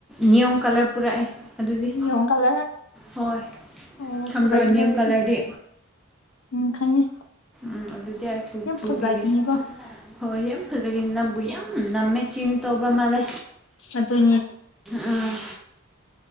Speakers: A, in the centre; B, on the left.
A: ꯅꯤꯌꯨ ꯀꯥꯂꯔ ꯄꯨꯔꯛꯑꯦ ꯑꯗꯨꯗꯤ
B: ꯅꯤꯌꯨꯝ ꯀꯂꯔ
A: ꯍꯣꯏ
B: ꯑꯣ
A: ꯊꯝꯕ꯭ꯔꯣ
B: ꯐꯖꯒꯅꯤ
A: ꯅꯤꯌꯣꯝ
B: ꯑꯗꯨꯗꯤ
A: ꯀꯂꯔꯗꯤ
B: ꯎꯝ ꯈꯪꯉꯦ
A: ꯎꯝ ꯑꯗꯨꯗꯤ ꯑꯩ ꯄꯨ
B: ꯌꯥꯝ
A: ꯄꯨꯕꯤꯒꯦ
B: ꯐꯖꯒꯤꯅꯤꯀꯣ
A: ꯍꯣꯏ ꯌꯥꯝ ꯐꯖꯒꯅꯤ ꯅꯪꯕꯨ ꯌꯥꯝ ꯅꯝꯃꯦ ꯆꯤꯟ ꯇꯧꯕ ꯃꯥꯜꯂꯦ
B: ꯑꯗꯨꯅꯦ
A: ꯎꯝ